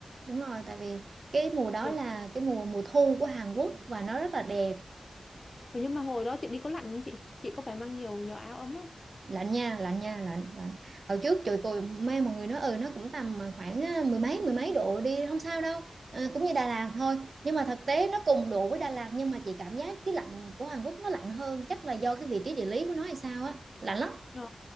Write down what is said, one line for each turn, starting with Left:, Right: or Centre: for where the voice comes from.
Right: đúng rồi tại vì cái mùa đó
Left: Một
Right: là cái mùa mùa thu của Hàn Quốc và nó rất là đẹp
Left: nhưng mà hồi đó chị đi có lạnh không chị? Chị có phải mang nhiều nhiều áo ấm không?
Right: lạnh nha lạnh nha lạnh lạnh hồi trước trời tôi mê mọi người nói ừ nó cũng tầm mà khoảng à, mười mấy mười mấy độ đi không sao đâu à, cũng như Đà Lạt thôi nhưng mà thực tế nó cùng độ với Đà Lạt nhưng mà chị cảm giác cái lạnh của Hàn Quốc nó lạnh hơn chắc là do cái vị trí địa lý của nó hay sao á lạnh lắm
Left: Ờ.